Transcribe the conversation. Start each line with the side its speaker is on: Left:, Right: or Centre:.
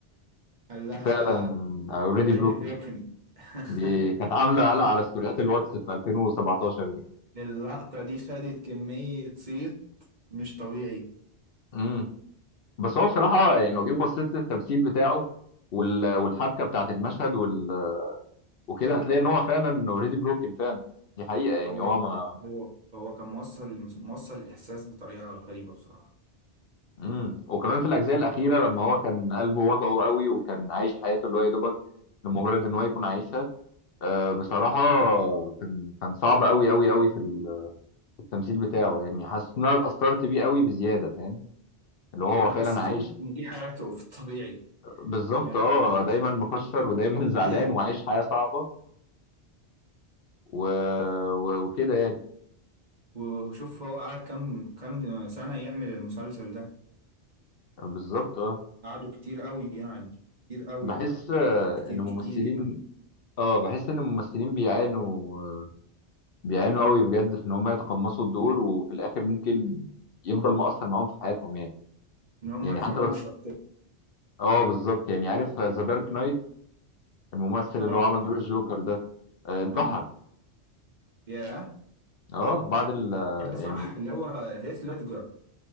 Right: قال لها
Left: فعلا اوريدي
Right: already
Left: بروكن
Right: broken <laughs>
Left: دي كانت عامله قلق على ستوريات الواتس في 2017 دي
Right: اللقطة دي خدت كمية صيت مش طبيعي
Left: امم بس هو بصراحه يعني لو جيت بصيت للتمثيل بتاعه وال- والحبكه بتاعت المشهد وال... وكده هتلاقي ان هو فعلا اوريدي بروكن فعلا دي حقيقه يعني
Right: هو
Left: هو ما
Right: هو هو كان موصل موصل الإحساس بطريقة غريبة بصراحة
Left: امم وكمان في الاجزاء الاخيره لما هو كان قلبه وجعه قوي وكان عايش حياته اللي هو يا دوبك لمجرد ان هو يكون عايشها آه، بصراحه كان كان صعب قوي قوي قوي في ال- في التمثيل بتاعه يعني حاسس ان انا اتاثرت بيه قوي بزياده فاهم اللي هو هو
Right: أنا
Left: فعلا
Right: حسيت
Left: عايش
Right: إن إن دي حياته في الطبيعي
Left: بالظبط
Right: يعني
Left: اه دايما مكشر ودايما <laughs> زعلان
Right: <clears throat>
Left: وعايش حياة صعبة و... و... وكده يعني
Right: وشوف هو قعد كام كام سنة يعمل المسلسل ده
Left: بالظبط اه
Right: قعدوا كتير قوي يعني كتير قوي
Left: بحس آه،
Right: كتير
Left: ان الممثلين
Right: كتير يعني
Left: اه بحس ان الممثلين بيعانوا بيعانوا قوي بجد في ان هم يتقمصوا الدور وفي الاخر ممكن يفضل مؤثر معاهم في حياتهم يعني
Right: ان هم
Left: يعني
Right: يخرجوا
Left: حتى بس
Right: من الشخصية
Left: اه بالظبط يعني عارف ذا دارك نايت الممثل
Right: اه
Left: اللي هو عمل
Right: طبعا
Left: دور الجوكر ده آه، انتحر
Right: اه ياه
Left: اه بعد ال
Right: ده صح
Left: يعني
Right: اللي هو هيث ليدجر